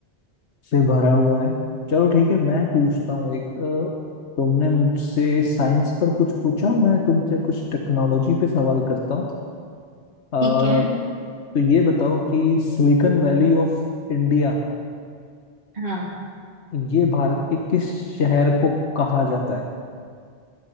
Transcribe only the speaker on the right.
ठीक है
हाँ